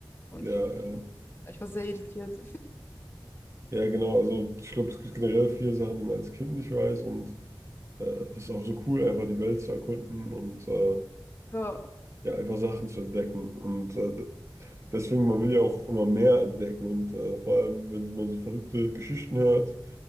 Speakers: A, on the left; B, on the right.
A: und
B: Ja,
A: ich,
B: ja.
A: ich war sehr irritiert.
B: Ja, genau. Also ich glaube, es gibt generell viele Sachen, die man als Kind nicht weiß und äh, ist auch so cool, einfach die Welt zu erkunden und äh,
A: Ja,
B: ja, einfach Sachen zu entdecken. Und äh, d- deswegen, man will ja auch immer mehr entdecken. Und äh, vor allem, wenn man so verrückte Geschichten hört,